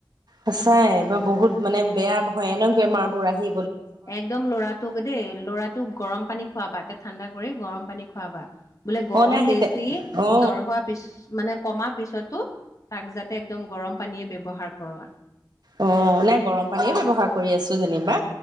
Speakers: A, on the right; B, on the left.
A: সঁচাই এইবাৰ বহুত মানে বেয়া ভয়ানক বেমাৰ বোৰ আহি
B: একদম লৰাটোক দেই লৰাটোক গৰম পানী খোৱা বাকে ঠাণ্ডা কৰি। গৰম পানী খোৱাবা বোলে গৰম
A: অ নাই সেই
B: বেছি
A: অ
B: জ্বৰ হোৱা পিছ মানে কমা তাৰ পিছতো তাক যাতে একদম গৰম পানীয়ে ব্যৱহাৰ কৰৱা
A: অ নাই গৰম পানীয়ে ব্যৱহাৰ কৰি আছো যেনিবা